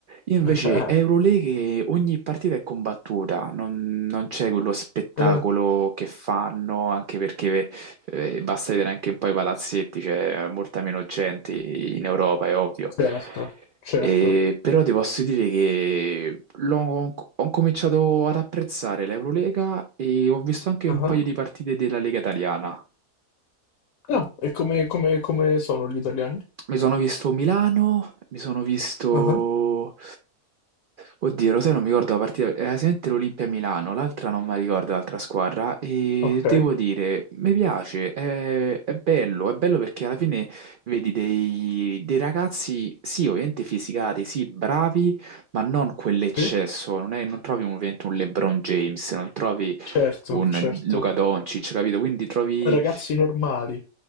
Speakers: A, on the right; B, on the left.
A: Io
B: <laughs>
A: invece Euroleague ogni partita è combattuta, non, non c'è quello spettacolo
B: Eh, eh,
A: che fanno, anche perché eh, basta vedere anche un po' i palazzetti, c'è molta meno gente in Europa, è ovvio.
B: certo, certo.
A: E, però ti posso dire che l'ho- ho cominciato ad apprezzare l'Eurolega e ho visto anche
B: Ah,
A: un paio di partite della Lega Italiana.
B: ah, e come, come- come sono gli italiani?
A: Mi sono visto Milano, mi sono visto...
B: Ah,
A: Oddio, lo sai, non mi ricordo la partita, era sicuramente l'Olimpia Milano, l'altra non mi ricordo, l'altra squadra, e
B: Ok,
A: devo dire, mi piace, è, è bello, è bello perché alla fine vedi dei, dei ragazzi, sì, ovviamente fisicati, sì, bravi, ma non quell'eccesso,
B: sì,
A: non, è- non trovi un- ovviamente un LeBron James, non trovi
B: certo,
A: un
B: certo.
A: Luca Doncic, capito? Quindi trovi...
B: Ragazzi normali.